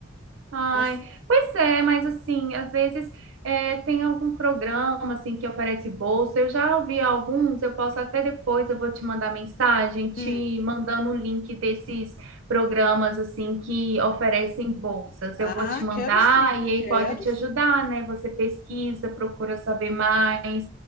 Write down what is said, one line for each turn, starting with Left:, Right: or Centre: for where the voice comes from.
Right: Ai,
Left: Assim,
Right: pois é, mas assim, às vezes é, tem algum programa assim que oferece bolsa. Eu já ouvi alguns, eu posso até depois, eu vou te mandar mensagem, te
Left: hum,
Right: mandando o link desses programas assim que oferecem bolsas.
Left: Ah,
Right: Eu vou te mandar
Left: quero sim,
Right: e aí
Left: quero,
Right: pode te
Left: sim,
Right: ajudar, né? Você pesquisa, procura saber mais.